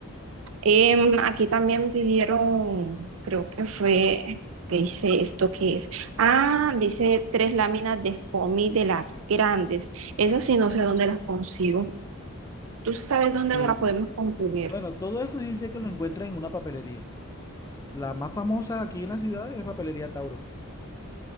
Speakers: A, on the right; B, on the left.
A: Em, aquí también pidieron, creo que fue, ¿qué dice esto que es? Ah, dice tres láminas de foamy de las grandes. Esas sí no sé dónde las consigo. Tú sabes dónde
B: Pero,
A: las podemos conseguir,
B: bueno, todo esto dice que lo encuentra en una papelería. La más famosa aquí en la ciudad es Papelería Tauro.